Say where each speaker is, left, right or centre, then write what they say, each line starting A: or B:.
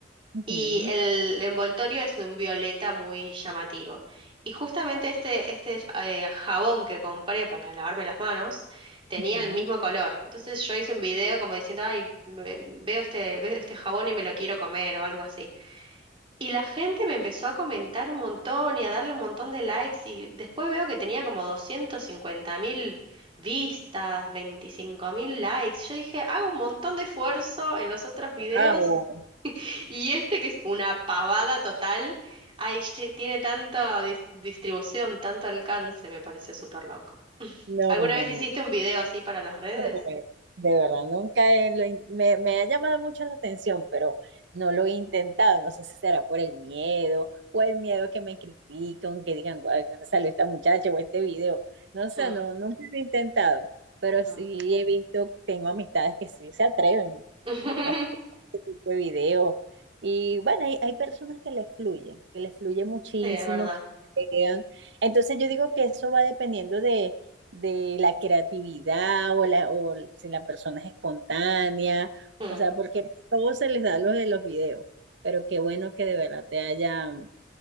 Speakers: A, on the right (about 65°); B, on the right (about 30°).
A: ujú,
B: Y el envoltorio es de un violeta muy llamativo. Y justamente este, este eh, jabón que compré para lavarme las manos tenía
A: ujú.
B: el mismo color. Entonces yo hice un video como diciendo, ay, ve- veo este, veo este jabón y me lo quiero comer o algo así. Y la gente me empezó a comentar un montón y a darle un montón de likes y después veo que tenía como doscientos cincuenta mil vistas, veinticinco mil likes. Yo dije, hago un montón de esfuerzo en los otros videos
A: Guau.
B: <laughs> y este que es una pavada total, ay, che, tiene tanta dis- distribución, tanto alcance, me pareció súper loco.
A: No,
B: ¿Alguna
A: no,
B: vez
A: no.
B: hiciste un video así para las redes?
A: Eh, De verdad, nunca he- lo in- me, me ha llamado mucho la atención, pero no lo he intentado. No sé si será por el miedo o el miedo que me critiquen, que digan, guau, ¿dónde salió esta muchacha o este video? No sé,
B: Mm,
A: no, nunca lo he intentado, pero
B: mm.
A: sí he visto, tengo amistades que sí se atreven
B: <laughs>
A: a ese tipo de video. Y bueno, hay, hay personas que les fluyen, que les fluye muchísimo,
B: Sí, es verdad.
A: que se quedan Entonces yo digo que eso va dependiendo de, de la creatividad o, la, o si la persona es espontánea,
B: Mm,
A: o sea, porque no todo se les da lo de los videos. Pero qué bueno que de verdad te haya, o